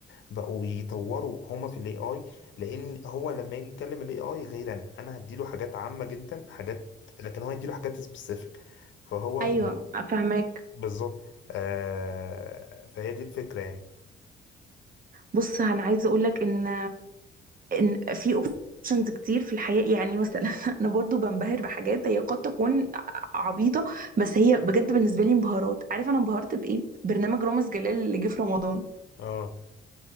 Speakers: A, on the left; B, on the right.
A: بقوا يطوروا هما في الاي اي لان هو لما يجي يكلم الاي اي غير انا انا هديله حاجات عامة جدا حاجات لكن هو هيديله حاجات سبيسيفيك فهو
B: ايوه فاهماك
A: بالظبط آه فهي دي الفكرة يعني
B: بص انا عايزه اقول لك ان ان في اوبشنز كتير في الحياه يعني مثلا <laughs> انا برضو بنبهر بحاجات هي قد تكون عبيطه بس هي بجد بالنسبه لي انبهارات عارف انا انبهرت بايه برنامج رامز جلال اللي جه في رمضان
A: اه